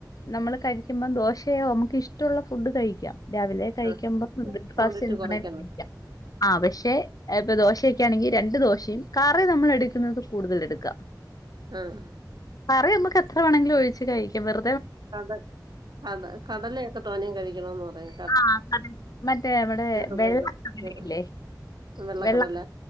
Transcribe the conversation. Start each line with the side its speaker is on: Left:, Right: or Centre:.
Left: നമ്മള് കഴിക്കുമ്പം ദോശയോ നമുക്ക് ഇഷ്ടമുള്ള ഫുഡ് കഴിക്കാം. രാവിലെ കഴിക്കുമ്പോ
Right: ആഹ്
Left: ബ്രേക്ക്
Right: ക്വാണ്ടിറ്റി
Left: ഫാസ്റ്റ് എന്തണേലും
Right: കൊറയ്ക്കണം.
Left: കയിക്കാം ആ പക്ഷെ ദോശ ക്കെ ആണെങ്കിൽ രണ്ട് ദോശയും കറി നമ്മൾ എടുക്കുന്നത് കൂടുതൽ എടുക്കാം.
Right: ആഹ്
Left: കറി അമ്മക്ക എത്ര വേണെങ്കിലും ഒഴിച്ച് കഴിക്കാം വെർ
Right: കടൽ കട കടലയൊക്കെ തോനയും കഴിക്കണന്ന് പറയാ
Left: ആ മറ്റേ നമ്മടെ
Right: ചെറുപയറ്
Left: വെള്ളകടല
Right: ചെറു
Left: ഇല്ലേ
Right: വെള്ളക്കടല
Left: വെള്ള